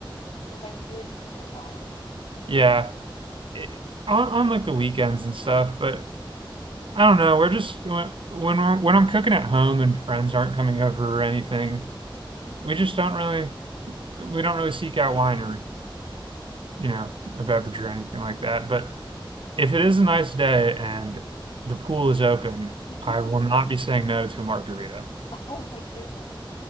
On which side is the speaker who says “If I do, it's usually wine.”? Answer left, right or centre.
Left